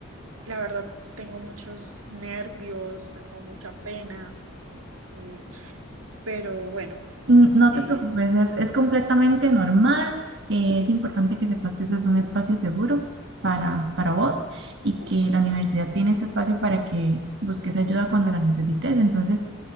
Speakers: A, on the right; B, on the right.
A: La verdad, tengo muchos nervios, tengo mucha pena, eh, pero bueno,
B: Mm, No
A: eh,
B: te preocupes, es, es completamente normal. eh, es importante que sepas que este es un espacio seguro para, para vos y que la universidad tiene este espacio para que busques ayuda cuando la necesites. Entonces,